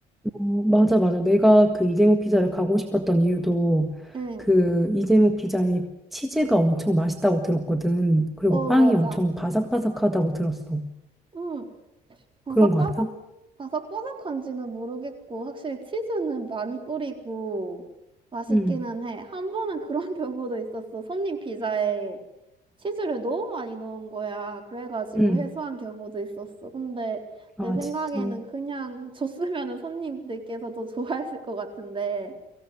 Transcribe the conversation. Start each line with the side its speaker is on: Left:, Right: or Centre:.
Centre: 어, 맞아, 맞아. 내가 그 이재모 피자를 가고 싶었던 이유도
Right: 응,
Centre: 그 이재모 피자의 치즈가 엄청 맛있다고 들었거든. 그리고
Right: 어,
Centre: 빵이
Right: 맞아.
Centre: 엄청 바삭바삭하다고 들었어.
Right: 응, 바삭바삭,
Centre: 그런 거 같아?
Right: 바삭바삭한지는 모르겠고, 확실히 치즈는 많이 뿌리고, 맛있기는
Centre: 응,
Right: 해. 한 번은 그런 <laughs> 경우도 있었어. 손님 피자에. 치즈를 너무 많이 넣은 거야. 그래가지고
Centre: 응.
Right: 해소한 경우도 있었어. 근데
Centre: 아,
Right: 내 생각에는
Centre: 진짜.
Right: 그냥 <laughs> 줬으면은 손님들께서 더 좋아했을 것 같은데